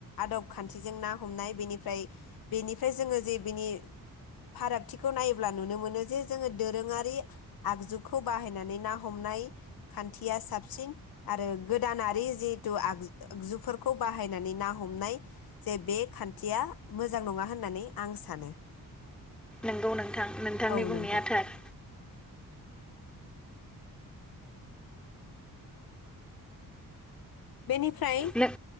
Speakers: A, on the left; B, in the centre.
A: आदब खान्थिजों ना हमनाय बेनिफ्राय बेनिफ्राय जोङो जे बिनि फारागथिखौ नायोब्ला नुनो मोनो जे जोङो दोरोङारि आगजुखौ बाहायनानै ना हमनाय खान्थिया साबसिन आरो गोदानारि जिहेथु आग आगजुफोरखौ बाहायनानै ना हमनाय जे बे खान्थिया मोजां नङा होननानै आं सानो।
B: नोंगौ नोंथां नोंथांनि
A: औ
B: बुंनाया
A: नोंथां
B: थार।
A: बेनिफ्राय
B: नों